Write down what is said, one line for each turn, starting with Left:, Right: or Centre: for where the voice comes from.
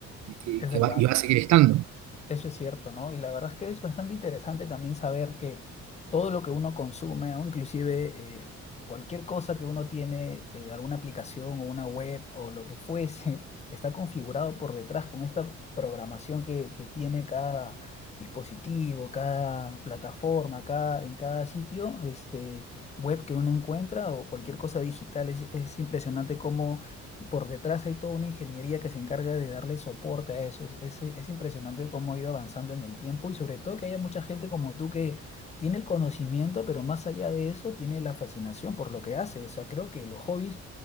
Right: y que,
Left: es
Right: que
Left: verdad.
Right: va, y va a seguir estando.
Left: Eso es cierto, ¿no? Y la verdad es que es bastante interesante también saber que todo lo que uno consume, o inclusive eh, cualquier cosa que uno tiene, eh, alguna aplicación o una web o lo que fuese, <laughs> está configurado por detrás con esta programación que, que tiene cada dispositivo, cada plataforma, cada, en cada sitio, este, web que uno encuentra o cualquier cosa digital. Es, es impresionante cómo por detrás hay toda una ingeniería que se encarga de darle soporte a eso. Es, es- es impresionante cómo ha ido avanzando en el tiempo y sobre todo que haya mucha gente como tú que tiene el conocimiento, pero más allá de eso tiene la fascinación por lo que hace. O sea, creo que los hobbies